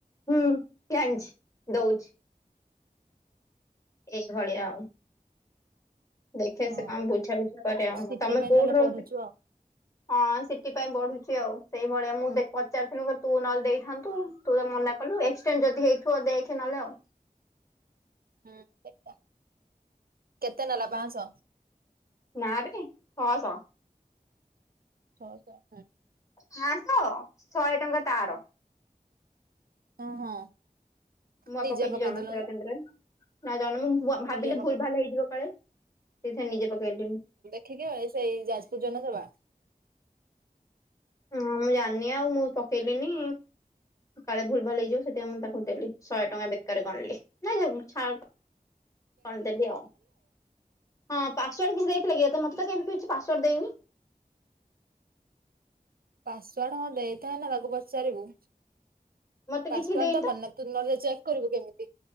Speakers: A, on the left; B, on the right.
A: ହୁଁ ଜାଣିଛି ଦଉଛି। ଏଇ ଭଳିଆ ଆଉ। ଦେଖେ ସେ
B: ହଁ।
A: କଣ ବୁଝାବୁଝି କରେ ଆଉ
B: ସିଟି
A: ତମେ
B: ପାଇଁ
A: କୋଉଠି
B: ତାହେଲେ
A: ରହୁ
B: ପଢୁଛୁ ଆଉ।
A: ହଁ ସି ଟି ପାଇଁ ପଢୁଛି ଆଉ ସେଇଭଳିଆ ମୁଁ ଦେ ପଚାରୁଥିଲୁ <unintelligible> ତୁ ନହେଲେ ଦେଇଥାନ୍ତୁ ତୁ ତ ମନା। କଲୁ ଏକ୍ସଟେଣ୍ଡ ଯଦି ହେଇଥିବ ଦେଖେ ନହଲେ ଆଉ।
B: ହଁ ଏ କେତେ ନେଲା ପାଂସ?
A: ନା ବେ ଛ ଶହ।
B: ଛଅ ଶହ ହୁଁ।
A: ପାଂଶ ଶହେ ଟଙ୍କା ତାର।
B: ଅ ହଁ।
A: ମୁଁ ପା
B: ନିଜେ
A: ପକେଇଛି
B: ପକେଇଦେଲୁନି
A: ଜନସେବା କେନ୍ଦ୍ରରେ ନା <unintelligible> ଭାବିଲି
B: ନିଜେ ପକେଇ
A: ଭୁଲ ଭାଲ ହେଇଯିବ କାଳେ। ଏଇଥର ନିଜେ ପକେଇଲିନି।
B: ଠିକେ ସେଇ ଯାଜପୁର ଜନସେବା।
A: ଅଁ ମୁଁ ଜାଣିନି ଆଉ ମୁଁ ପକେଇଲିନି। କାଳେ ଭୁଲ ଭାଲ ହେଇଯିବ ସେଥିପାଇଁ ମୁଁ ତାକୁ ଦେଲି ଶହେ ଟଙ୍କା ବେକାର ଗଣିଲି ନାଇ <unintelligible> କଣ ଦେଲି ଆଉ ହଁ। ପାସୱାର୍ଡ କିଛି ଦେଇଥିଲା କି ତତେ ମତେ ତ କାଇଁ <unintelligible> କିଛି ପାସୱାର୍ଡ ଦେଇନି।
B: ପାସୱାର୍ଡ ହଁ ଦେଇଥାଏ ନା ତାକୁ ପଚାରିବୁ।
A: ମତେ
B: ପାସୱାର୍ଡ
A: କିଛି ଦେଇନି
B: ଦବନିନା
A: ତ
B: ତୁ ନହେଲେ ଚେକ କରିବୁ କେମିତି।